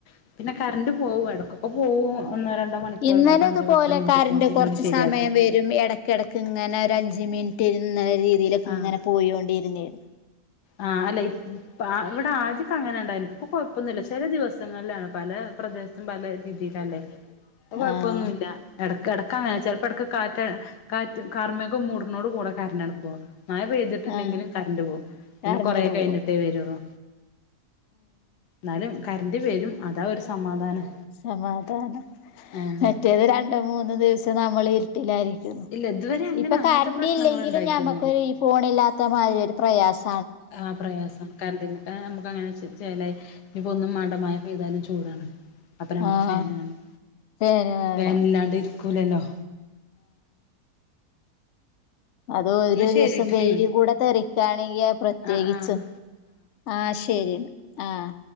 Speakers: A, on the left; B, on the left.
A: ൻ്റ് പിന്നെ കറണ്ട് പോകും എടക്കൊക്കെ പോകും ഒന്നോ രണ്ടോ മണിക്കൂറൊക്കെ
B: ഇന്നലെ
A: അഞ്ചോ
B: ഇതുപോലെ
A: പത്തോ മിനിറ്റൊക്കെ
B: കറണ്ട്
A: പിന്നെ
B: കൊറച്ച്
A: ഓര് ശരിയാക്കും.
B: സമയം വരും എടക്കടക്ക് ഇങ്ങനെ ഒരു അഞ്ച് മിൻ റ്റ് ന്നരീതിയിലൊക്ക
A: ആഹ്
B: ങ്ങനെ പോയോണ്ടിരുന്നീന്.
A: ആഹ് അല്ല ഇ പ ഇവിടെ ആദ്യക്കെങ്ങനെ ഇണ്ടായിന് ഇപ്പൊ കൊഴപ്പൊന്നുല്ല ചെല ദിവസങ്ങളിലാണ് പല പ്രദേശത്തും പല രീതിയിലല്ലേ അ കൊഴപ്പൊന്നുല്ല
B: ആഹ്
A: എടക്കട പ്പങ്ങനെ ചെലപ്പടക്ക് കാറ്റ് കാറ്റ് കാർമേഘം മൂടുന്നോടെ കൂടെ കറൻ്റാണ് പോണ്. മയ പെയ്തിട്ടില്ലെങ്കിലും
B: ആഹ്
A: കറണ്ട് പോകും പിന്നെ
B: കറണ്ടട്
A: കൊറെ കഴിഞ്ഞിട്ടേ
B: പോവും
A: വരുള്ളൂ. ന്നാലും കറൻ്റ് വരും അതാ ഒരു സമാധാനം.
B: സമാധാനം.
A: ആഹ്
B: മറ്റേത് രണ്ടു മൂന്ന് ദിവസം നമ്മൾ ഇരുട്ടില്ലാര് ഉം
A: ഇല്ല ഇതുവരെ അങ്ങനെ
B: ഇപ്പൊ
A: അങ്ങനത്തെ
B: കറൻ്റില്ലെങ്കിലും
A: പ്രശ്നങ്ങൾ ഉണ്ടായിട്ടൊന്നുമില്ല
B: ഞമ്മക്ക് ഈ ഫോണില്ലാത്തമാതിരി ഒരു പ്രയാസ.
A: ആഹ് പ്രയാസാണ് കറൻ്റിൽ ആ മ്മക്ക് പ്പ അങ്ങന ചേലായി ഇഞ്ഞ്പ്പോ ഒന്നും മാണ്ട മയ പെയ്താലും ചൂടാണ് അപ്പൊ നമുക്ക്
B: ആഹ്
A: ഫാനും വാണം
B: ഫേന് വേണം
A: ഫേനില്ലാണ്ടിരിക്കൂലല്ലോ.
B: അതോ ഒരു
A: ശരിട്ടില്ലേ
B: ദിവ്സം വെയിലും കൂടെ തൊരക്കാണെങ്കി പ്രത്യേകിച്ചും.
A: ആഹ് ആഹ്
B: ആഹ് ശരി ന്ന ആഹ്